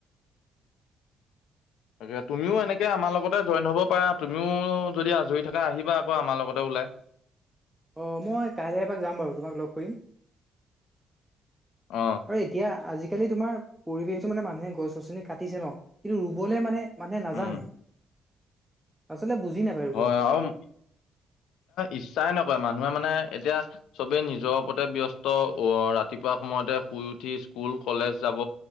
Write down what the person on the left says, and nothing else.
তাকে তুমিও এনেকৈ আমাৰ লগতে জইন হ'ব পাৰা তুমিও যদি আজৰি থাকা আহিবা আকৌ আমাৰ লগতে ওলাই।
অ
উম
হয় আৰু ইচ্ছাই নকয় মানুহে মানে এতিয়া চবেই নিজৰ ওপতে ব্যস্ত আহ ৰাতিপুৱা সময়তে শুই উঠি স্কুল কলেজ যাব।